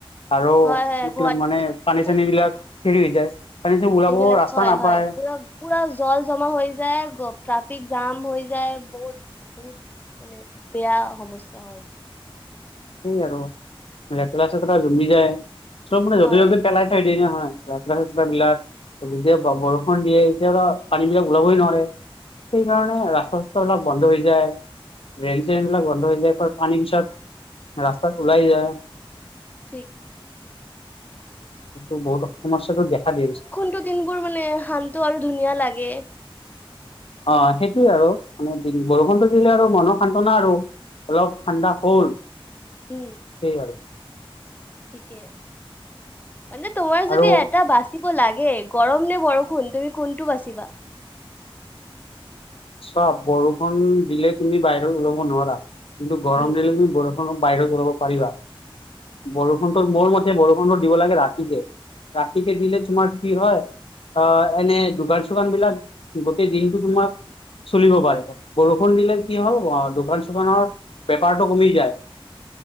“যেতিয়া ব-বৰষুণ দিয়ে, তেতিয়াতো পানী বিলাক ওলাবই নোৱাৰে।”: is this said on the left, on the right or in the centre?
Left